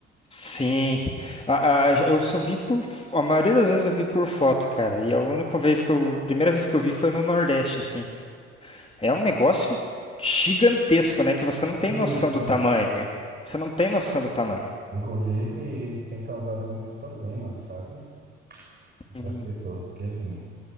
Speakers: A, on the left; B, on the right.
A: Sim, a, a- eu só vi por. f- A maioria das vezes eu vi por foto, cara. E a única vez que eu. Primeira vez que eu vi foi no Nordeste, assim. É um negócio gigantesco, né? Que você não
B: Gigante.
A: tem noção do tamanho. Você não tem noção do tamanho.
B: Inclusive, tem causado muitos problemas, sabe? Para
A: Hum,
B: as pessoas, porque assim,